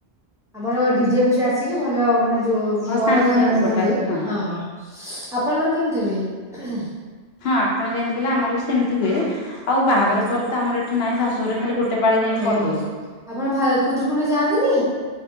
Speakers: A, in the centre; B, on the left.
A: ଆମର ଡିଜେ ଫିଜେ ଆସିକି ଭଲ ମାନେ ଯଉ
B: ଭସାଣି
A: ବଡ ଧରଣର
B: ହୁଏ ଆଉ ବଡ
A: ହୁଏ
B: ଆକାରରେ
A: ହଁ। ଆପଣଙ୍କର କେମିତି ହୁଏ?
B: ହଁ ଆପଣ ଯେମିତି କହିଲେ ଆମର ବି ସେମିତି ହୁଏ ଆଉ ବାହାଘର
A: ହୁଁ
B: ପରେ ତ ଆମର ଏଠି ନାଇଁ ଶାଶୁଘରେ ଖାଲି ଗୋଟେ ପାଳି ଯାଇକି
A: ଓହୋ
B: କରିଦଉ।
A: ଆପଣ ଖୁଦରୁକୁଣି ଯାଆନ୍ତିନି?